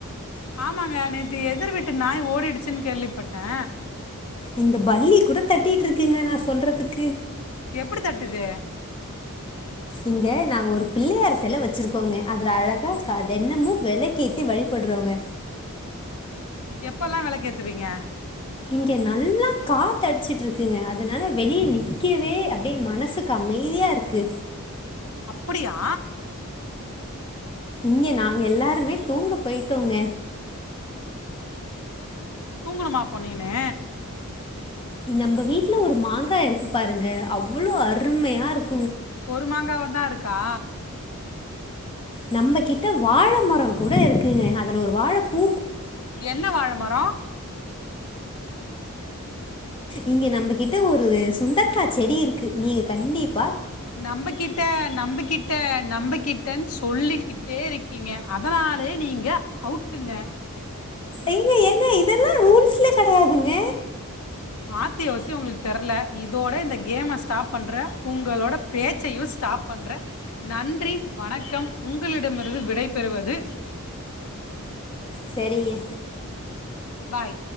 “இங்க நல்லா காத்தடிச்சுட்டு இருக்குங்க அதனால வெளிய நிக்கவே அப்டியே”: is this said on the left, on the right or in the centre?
Left